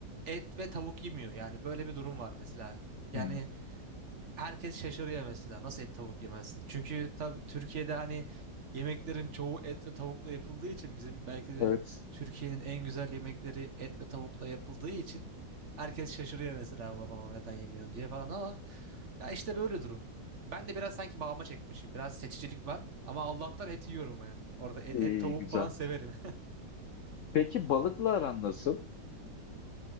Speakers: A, on the right; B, on the left.
A: et ve tavuk yemiyor. Yani böyle bir durum var mesela. Yani
B: Hımm,
A: herkes şaşırıyor mesela nasıl et tavuk yemezsin? Çünkü tabii Türkiye'de hani yemeklerin çoğu et ve tavukla yapıldığı için bizim belki de
B: evet.
A: Türkiye'nin en güzel yemekleri et ve tavukla yapıldığı için herkes şaşırıyor mesela babama neden yemiyorsun diye falan ama ya işte böyle durum. Ben de biraz sanki babama çekmişim. Biraz seçicilik var ama Allah'tan et yiyorum yani. Orada et,
B: İyi,
A: et tavuk
B: güzel.
A: falan severim.
B: Peki balıkla aran nasıl?